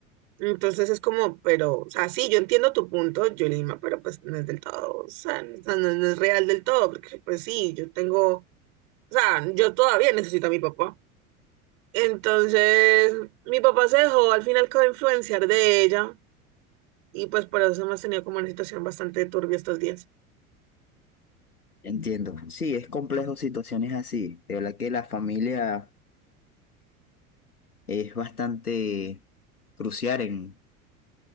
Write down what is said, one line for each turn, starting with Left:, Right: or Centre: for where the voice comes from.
Right: Entonces es como, pero, o sea, sí, yo entiendo tu punto, Yolima, pero pues no es del todo, o sea, no, no- no es real del todo, porque pues sí, yo tengo, o sea, yo todavía necesito a mi papá. Entonces, mi papá se dejó al final como influenciar de ella y pues por eso hemos tenido como una situación bastante turbia estos días.
Left: entiendo. Sí, es complejo situaciones así. De verdad que la familia... es bastante crucial en,